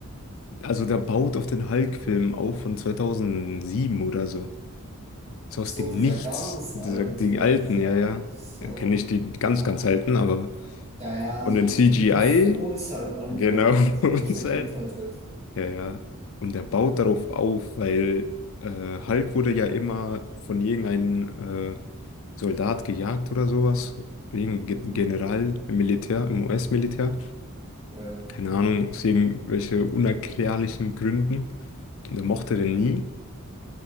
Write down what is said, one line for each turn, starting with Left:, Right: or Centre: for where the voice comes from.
Left: also der baut auf den Hulk-Film auf von 2007 oder so. So
Right: Ach
Left: aus
Right: so,
Left: dem
Right: dieser
Left: Nichts.
Right: ganz
Left: Diese,
Right: alte,
Left: die alten,
Right: dieser,
Left: ja, ja.
Right: ach so.
Left: Ja, kenne nicht die ganz,
Right: Boah.
Left: ganz alten, aber
Right: Ja, ja,
Left: von
Right: so
Left: den CGI,
Right: die, die für uns halt alt
Left: genau,
Right: waren, ne?
Left: <laughs>
Right: Also
Left: von
Right: die
Left: uns
Right: aus der Kindheit
Left: halt.
Right: halt.
Left: Ja, ja. Und er baut darauf auf, weil äh, Hulk wurde ja immer von irgendeinem äh, Soldat gejagt oder sowas. Irgendein Ge-
Right: Hm.
Left: General im Militär, im US-Militär.
Right: Ja.
Left: Keine Ahnung, aus irgendwelchen unerklärlichen Gründen. Und er mochte den nie.